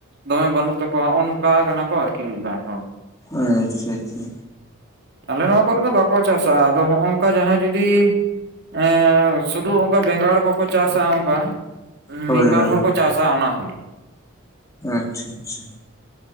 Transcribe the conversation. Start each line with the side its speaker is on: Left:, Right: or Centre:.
Right: ᱫᱚᱢᱮ ᱵᱟᱹᱱᱩᱜ ᱛᱟᱠᱚᱣᱟ ᱱᱚᱜᱼᱚ ᱱᱚᱝᱠᱟ ᱠᱟᱱᱟ ᱠᱚ ᱟᱨᱠᱤ ᱢᱤᱫᱵᱟᱨ ᱦᱚᱲ᱾
Left: ᱟᱪᱪᱷᱟ ᱟᱪᱪᱷᱟ᱾
Right: ᱟᱞᱮ ᱱᱚᱣᱟ ᱠᱚᱨᱮ ᱫᱚ ᱵᱟᱠᱚ ᱪᱟᱥᱟ ᱟᱫᱚ ᱦᱚᱸᱜᱼᱚ ᱱᱚᱝᱠᱟ ᱡᱟᱦᱟᱸ ᱡᱩᱫᱤ ᱮ ᱥᱩᱫᱩ ᱚᱱᱠᱟ ᱵᱮᱸᱜᱟᱲ ᱠᱚᱠᱚ ᱪᱟᱥᱟ ᱚᱱᱠᱟ᱾
Left: ᱦᱳᱭ
Right: ᱢᱤᱫ ᱵᱟᱨ
Left: ᱦᱳᱭ
Right: ᱦᱚᱲ ᱠᱚ ᱪᱟᱥᱟ ᱚᱱᱟ ᱦᱚᱸ᱾
Left: ᱟᱪᱪᱷᱟ ᱟᱪᱪᱷᱟ᱾